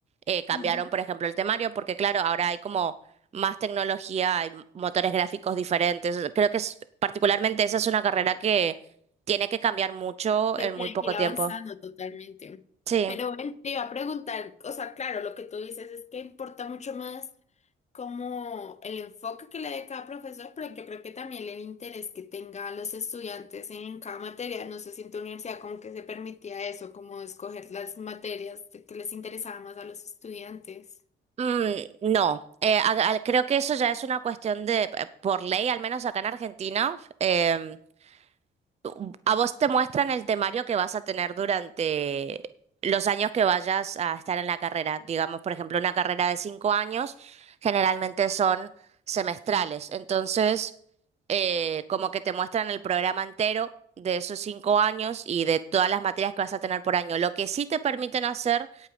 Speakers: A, on the right; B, on the left.
A: eh, cambiaron,
B: Ujú.
A: por ejemplo, el temario, porque claro, ahora hay como más tecnología, hay motores gráficos diferentes. Creo que es, particularmente esa es una carrera que tiene que cambiar mucho
B: Que
A: en
B: tiene
A: muy poco
B: que ir
A: tiempo.
B: avanzando totalmente.
A: Sí.
B: Pero bueno, te iba a preguntar, o sea, claro, lo que tú dices es que importa mucho más. como el enfoque que le dé cada profesor, pero yo creo que también el interés que tenga los estudiantes en cada materia. No sé si en tu universidad como que se permitía eso, como escoger las materias que les interesaba más a los estudiantes.
A: Mm, no, Eh, a- a- creo que eso ya es una cuestión de, eh, por ley, al menos acá en Argentina, em, tú- A vos te muestran el temario que vas a tener durante los años que vayas a estar en la carrera. Digamos, por ejemplo, una carrera de cinco años generalmente son semestrales. Entonces, eh, como que te muestran el programa entero de esos cinco años y de todas las materias que vas a tener por año. Lo que sí te permiten hacer